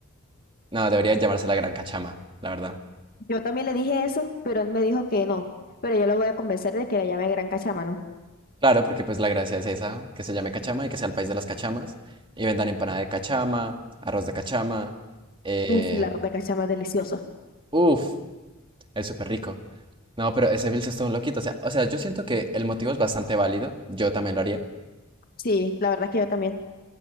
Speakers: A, on the right; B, on the left.
A: No, debería llamarse la Gran Cachama, la verdad.
B: Yo también le dije eso, pero él me dijo que no, pero yo lo voy a convencer de que la llame Gran Cachama, ¿no?
A: Claro, porque pues la gracia es esa, que se llame Cachama y que sea el país de las cachamas. Y vendan empanada de cachama, arroz de cachama. Eh,
B: Uf, el arroz de cachama es delicioso.
A: uf, es súper rico. No, pero ese Bills es todo un loquito. O sea, o sea, yo siento que el motivo es bastante válido. Yo también lo haría.
B: Sí, la verdad es que yo también.